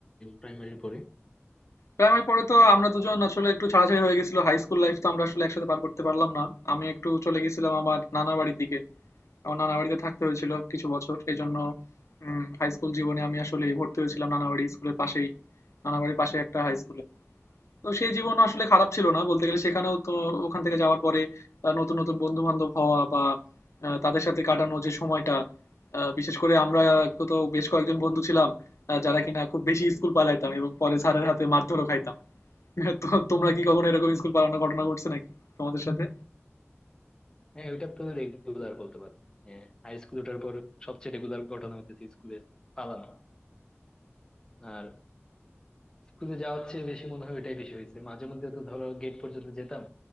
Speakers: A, on the left; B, on the left.
A: প্রাইমারির পরে
B: প্রাইমারি পরে তো আমরা দুজন আসলে একটু ছাড়াছাড়ি হয়ে গেছিল হাই স্কুল লাইফ তো আমরা আসলে একসাথে পার করতে পারলাম না আমি একটু চলে গেছিলাম আমার নানা বাড়ির দিকে আমার নানা বাড়িতে থাকতে হয়েছিল কিছু বছর এজন্য উম, হাই স্কুল জীবনে আমি আসলে ভর্তি হয়েছিলাম নানা বাড়ি স্কুলের পাশেই নানা বাড়ির পাশে একটা হাই স্কুলে তো সেই জীবন আসলে খারাপ ছিল না বলতে গেলে সেখানেও তো ওখান থেকে যাওয়ার পরে আহ, নতুন নতুন বন্ধু বান্ধব হওয়া বা আহ, তাদের সাথে কাটানো যে সময়টা আহ, বিশেষ করে আমরা তো বেশ কয়েকজন বন্ধু ছিলাম আহ, যারা কিনা খুব বেশি স্কুল পালাইতাম এবং পরে স্যারের হাতে মারধরও খাইতাম <laughs> তো তোমরা কি কখনো এরকম স্কুল পালানোর ঘটনা ঘটছে নাকি তোমাদের সাথে
A: হ্যাঁ ওইটা তো রেগুলার বলতে পারো হাই স্কুল ওঠার পর সবচেয়ে রেগুলার ঘটনা হচ্ছে স্কুলে পালানো আর স্কুলে যাওয়ার চেয়ে বেশি মনে হয় ওইটাই বেশি হয়েছে মাঝে মধ্যে তো ধরো গেট পর্যন্ত যেতাম